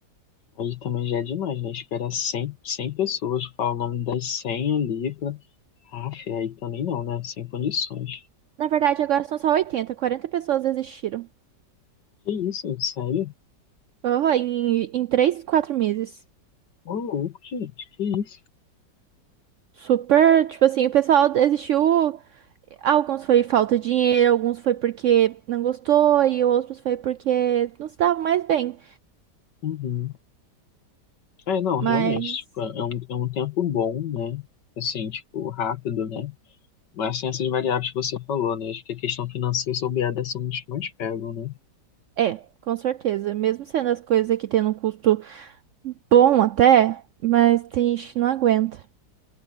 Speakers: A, on the left (about 80°); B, on the right (about 80°).
A: Aí também já é demais, né? Esperar 100, 100 pessoas falar o nome das 100 ali pra... Ah, fé, aí também não, né? Sem condições.
B: Na verdade, agora são só oitenta 40 pessoas desistiram.
A: Que isso, sério?
B: Oh, em, em 3, 4 meses.
A: Ô, louco, gente, que isso?
B: Super, tipo assim, o pessoal desistiu. Alguns foi falta de dinheiro, alguns foi porque não gostou, e outros foi porque não se dava mais bem.
A: Uhum. É, não,
B: Mas
A: realmente, tipo, é um, é um tempo bom, né? Assim, tipo, rápido, né? Mas tem essas variáveis que você falou, né? Acho que a questão financeira e soberania são os que mais pegam, né?
B: é, com certeza. Mesmo sendo as coisas aqui tendo um custo bom até, mas tem gente que não aguenta.